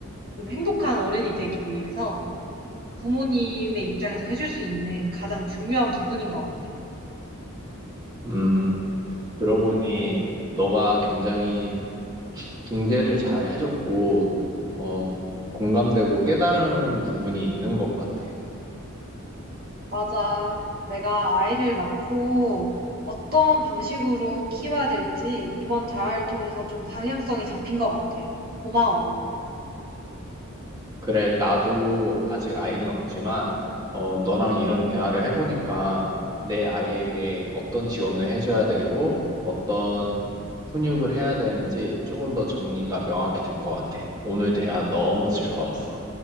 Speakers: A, on the right (about 45°); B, on the right (about 20°).
A: 좀 행복한 어른이 되기 위해서 부모님의 입장에서 해줄 수 있는 가장 중요한 부분인 것 같아.
B: 음, 들어보니 너가 굉장히 중재를 잘 해줬고, 어, 공감되고 깨달은 부분이 있는 것 같아.
A: 맞아. 내가 아이를 낳고 어떤 방식으로 키워야 될지 이번 대화를 통해서 좀 방향성이 잡힌 것 같아. 고마워.
B: 그래, 나도 아직 아이는 없지만, 어, 너랑 이런 대화를 해보니까 내 아이에게 어떤 지원을 해줘야 되고, 어떤 훈육을 해야 되는지 조금 더 정리가 명확히 된 것 같아. 오늘 대화 너무 즐거웠어.